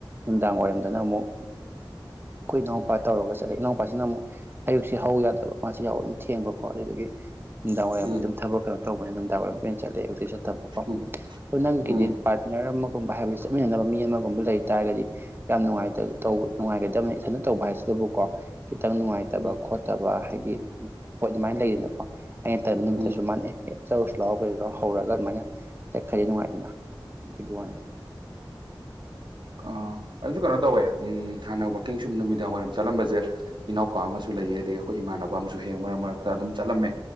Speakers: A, on the right (about 25°); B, on the right (about 65°).
A: ꯅꯨꯡꯗꯥꯡ ꯋꯥꯏꯔꯝꯗꯅ ꯑꯃꯨꯛ ꯑꯩꯈꯣꯏ ꯏꯅꯥꯎꯄꯥ ꯇꯧꯔꯒ ꯆꯠꯂꯦ ꯏꯅꯥꯎꯄꯥ ꯄꯥꯁꯤꯅ ꯑꯃꯨꯛ ꯑꯌꯨꯛꯁꯦ ꯍꯧ ꯌꯥꯗꯕ ꯃꯥꯁꯤ ꯌꯥꯍꯧ ꯑꯗꯨꯝ ꯊꯦꯡꯕꯀꯣ ꯑꯗꯨꯗꯨꯒꯤ ꯅꯨꯡꯗꯥꯡ ꯋꯥꯏꯔꯝꯗꯤ
B: ꯎꯝ
A: ꯑꯗꯨꯝ ꯊꯕꯛ ꯀꯩꯅꯣ ꯇꯧꯕꯅ ꯅꯨꯡꯗꯥꯡ ꯋꯥꯏꯔꯝꯗ ꯑꯣꯏꯅ ꯆꯠꯂꯦ ꯑꯌꯨꯛꯇꯤ ꯆꯠꯇꯕꯀꯣ
B: ꯎꯝ
A: ꯑꯗꯨ ꯅꯪꯒꯤꯗꯤ
B: ꯎꯝ
A: ꯄꯥꯔꯠꯅꯔ ꯑꯃꯒꯨꯝꯕ ꯍꯥꯏꯕꯗꯤ ꯆꯠꯃꯤꯟꯅꯅꯕ ꯃꯤ ꯑꯃꯒꯨꯝꯕ ꯂꯩ ꯇꯥꯔꯒꯗꯤ ꯌꯥꯝ ꯅꯨꯡꯉꯥꯏꯇꯕ ꯇꯧꯕ
B: ꯎꯝ
A: ꯅꯨꯡꯉꯥꯏꯒꯗꯕꯅꯤ ꯏꯊꯟꯗ ꯇꯧꯕ ꯍꯥꯏꯁꯤꯗꯕꯨꯀꯣ ꯈꯤꯇꯪ ꯅꯨꯡꯉꯥꯏꯇꯕ
B: ꯎꯝ
A: ꯈꯣꯠꯇꯕ ꯍꯥꯏꯗꯤ ꯍꯣꯏ ꯑꯗꯨꯃꯥꯏꯅ ꯂꯩꯗꯅꯀꯣ꯫ ꯑꯩꯅ ꯇꯟꯕ ꯅꯨꯃꯤꯠꯇꯁꯨ
B: ꯎꯝ
A: ꯃꯥꯥꯟꯅ ꯑꯦ ꯆꯧꯁꯤꯂꯥꯎ ꯍꯧꯔꯒ ꯑꯗꯨꯃꯥꯏꯅ ꯆꯠꯈꯔꯗꯤ ꯅꯨꯡꯉꯥꯏꯗꯅ꯫ ꯗꯨꯒꯤ ꯋꯥꯅꯤꯗ
B: ꯑ ꯑꯗꯨꯁꯨ ꯀꯩꯅꯣ ꯇꯧꯋꯦ ꯎꯝ ꯍꯥꯟꯅ ꯋꯥꯛꯀꯤꯡ ꯁꯨꯝ ꯅꯨꯃꯤꯗꯥꯡ ꯋꯥꯏꯔꯝ ꯆꯠꯂꯝꯕꯖꯦ ꯏꯅꯥꯎꯄꯥ ꯑꯃꯁꯨ ꯂꯩꯌꯦ ꯑꯗꯒꯤ ꯑꯈꯣꯏ ꯏꯃꯥꯟꯅꯕ ꯑꯃꯁꯨ ꯍꯦꯛ ꯃꯔꯛ ꯃꯔꯛꯇ ꯑꯗꯨꯝ ꯆꯠꯂꯝꯃꯦ꯫